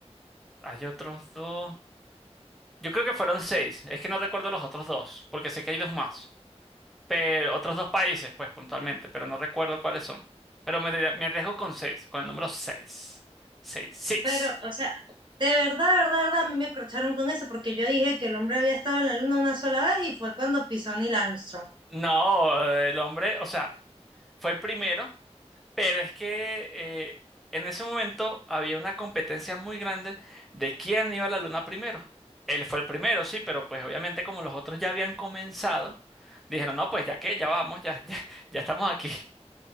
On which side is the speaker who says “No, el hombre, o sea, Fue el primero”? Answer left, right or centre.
Centre